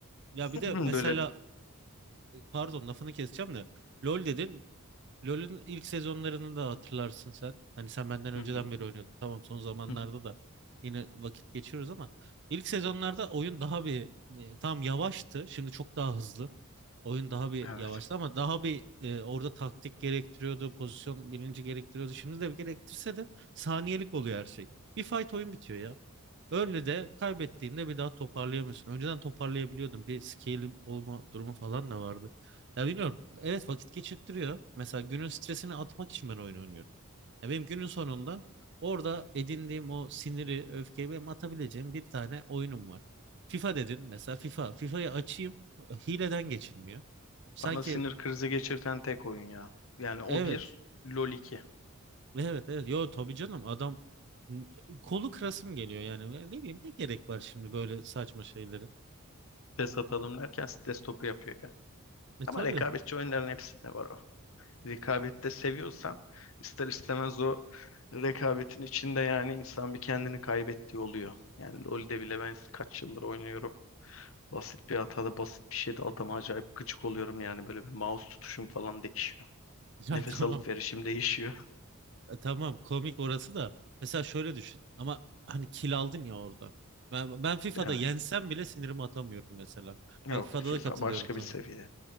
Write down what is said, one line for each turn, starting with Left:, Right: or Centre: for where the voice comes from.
Right: Ya bir de
Left: <clears throat>
Right: mesela
Left: Böyle
Right: pardon lafını keseceğim de. LOL dedin. LoL'ün ilk sezonlarını da hatırlarsın sen. Hani sen benden önceden
Left: Hı hı.
Right: beri oynuyordun. Tamam son zamanlarda
Left: Hı.
Right: da yine vakit geçiriyoruz ama ilk sezonlarda oyun daha bir e, tam yavaştı. Şimdi çok daha hızlı. Oyun daha bir
Left: Evet.
Right: yavaştı ama daha bir e, orada taktik gerektiriyordu, pozisyon bilinci gerektiriyordu. Şimdi de gerektirse de saniyelik oluyor her şey. Bir fight oyun bitiyor ya. Öyle de kaybettiğinde bir daha toparlayamıyorsun. Önceden toparlayabiliyordum. Bir scale olma durumu falan da vardı. Ya bilmiyorum. Evet vakit geçirttiriyor. Mesela günün stresini atmak için ben oyun oynuyorum. Ya benim günün sonunda orada edindiğim o siniri, öfkeyi benim atabileceğim bir tane oyunum var. FIFA dedin mesela FIFA. FIFA'yı açayım hileden geçilmiyor. Sanki
Left: Bana sinir krizi geçirten tek oyun ya. Yani o
Right: evet
Left: bir, LoL iki
Right: evet evet yo tabii canım adam kolu kırasım geliyor yani ne bileyim ne gerek var şimdi böyle saçma şeylere.
Left: Stres atalım derken stres topu yapıyor yani.
Right: E
Left: Ama
Right: tabii.
Left: rekabetçi oyunların hepsinde var o. Rekabette seviyorsan ister istemez o rekabetin içinde yani insan bir kendini kaybettiği oluyor. Yani LoL'de bile ben kaç yıldır oynuyorum. Basit bir hatada basit bir şeyde adama acayip gıcık oluyorum yani böyle bir mouse tutuşum falan değişiyor.
Right: Ya
Left: Nefes
Right: <laughs> tamam.
Left: alıp verişim değişiyor. <laughs>
Right: E, tamam komik orası da. Mesela şöyle düşün. Ama hani kill aldın ya orada. Ben, ben FIFA'da
Left: Evet.
Right: yensem bile sinirimi atamıyorum mesela.
Left: Yok
Right: Bak FIFA'da
Left: FIFA
Right: da katılıyorum
Left: başka
Right: sana.
Left: bir seviye.